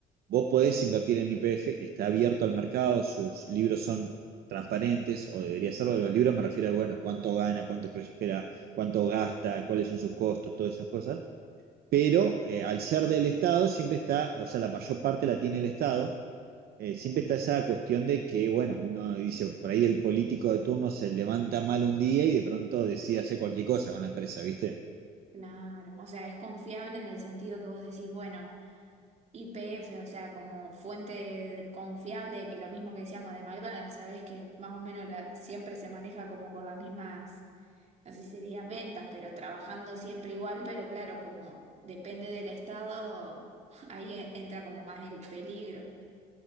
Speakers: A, on the right; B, on the right.
A: Vos podés invertir en IPF, está abierto al mercado, sus libros son transparentes, o debería serlo, los libros me refiero a, bueno, cuánto gana, cuánto prospera, cuánto gasta, cuáles son sus costos, todas esas cosas. Pero eh, al ser del Estado, siempre está, o sea, la mayor parte la tiene el Estado, eh, siempre está esa cuestión de que, bueno, uno dice, por ahí el político de turno se levanta mal un día y de pronto decide hacer cualquier cosa con la empresa, ¿viste?
B: Claro, o sea, es confiable en el sentido que vos decís, bueno. YPF, o sea, como fuente confiable, que lo mismo que decíamos de McDonald's, sabes que más o menos la- siempre se maneja como con las mismas, no sé si sería ventas, pero trabajando siempre igual, pero claro, como depende del estado, <laughs> ahí e- entra como más el peligro.